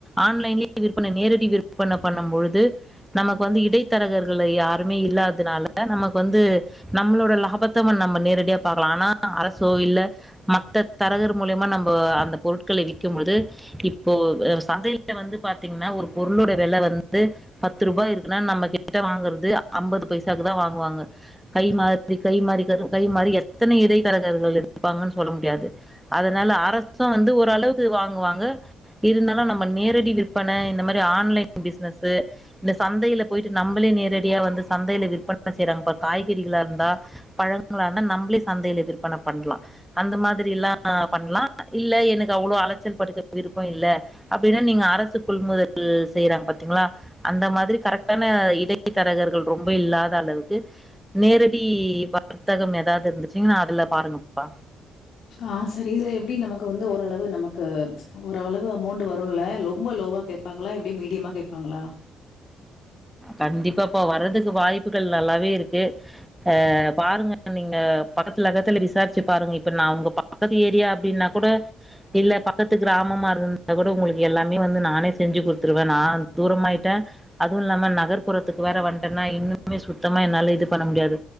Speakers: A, in the centre; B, on the left.
A: ஆன்லைன்லயே விற்பனை நேரடி விற்பன பண்ணும்பொழுது நமக்கு வந்து இடைத்தரகர்கள யாருமே இல்லாதனால நமக்கு வந்து நம்மளோட லாபத்த நம்ம நேரடியா பாக்கலா ஆனா அரசோ இல்ல மத்த தரகர் மூலியமா நம்ம அந்த பொருட்கள விக்கும்போது இப்போ சந்தைல வந்து பாத்தீங்னா ஒரு பொருளோட வெல வந்து பத்து ரூபா இருக்குனா நம்ம கிட்ட வாங்குறது அம்பது பை சாக்கு தா வாங்குவாங்க கை மாறி கை மாறி கை மாறி எத்தனை இடைத்தரகர்கள் இருப்பாங்கன் சொல்ல முடியாது அதுனால அரசு வந்து ஓரளவுக்கு வாங்குவாங்க இருந்தாலு நம்ம நேரடி விற்பன இந்த மாரி ஆன்லைன் பிஸ்னஸு இந்த சந்தைல போயிட்டு நம்மளே நேரடியா வந்து சந்தைல விற் பன செய்றாங்க பா காய்கறிகளா இருந்தா பழங்களா இருந்தா நம்பளே சந்தைல விற்பன பண்லா அந்த மாதிரில்லா பண்லா இல்ல எனக்கு அவ்ளோ அலச்சல் பட்டுக்க விருப்பொ இல்ல அப்டின்னா நீங்க அரசு கொள்முதல் செய்றாங்க பாத்தீங்ளா அந்த மாதிரி கரெக்டான இடைத்தரகர்கள் ரொம்ப இல்லா த அளவுக்கு நேரடி வர்த்தகம் எதாவுது இருந்துச்சுன்னா அதுல பாருங்கப்பா
B: ஆ சரி இது எப்டி நமக்கு வந்து ஓரளவு நமக்கு ஓரளவு அமௌண்டு வருல்ல ரொம்ப லோவா கேப்பாங்களா எப்டி மீடியமா கேப்பாங்களா?
A: கண்டிப்பாப்பா வரதுக்கு வாய்ப்புகள் நல்லாவே இருக்கு ஆ பாருங்க நீங்க பக்கத்துல அக்கத்துல விசாரிச்சு பாருங்க இப்ப நா உங்க பக்கத்து ஏரியா அப்டின்னா கூட இல்ல பக்கத்து கிராமமா இருந்துந்தா கூட உங்களுக்கு எல்லாமே வந்து நானே செஞ்சு குடுத்துருவே நா தூரமாயிட்டே அதுவு இல்லா ம நகர்புறத்துக்கு வேற வன்ட்டெனா இன்னுமே சுத்தமா என்னால இது பண்ண முடியாது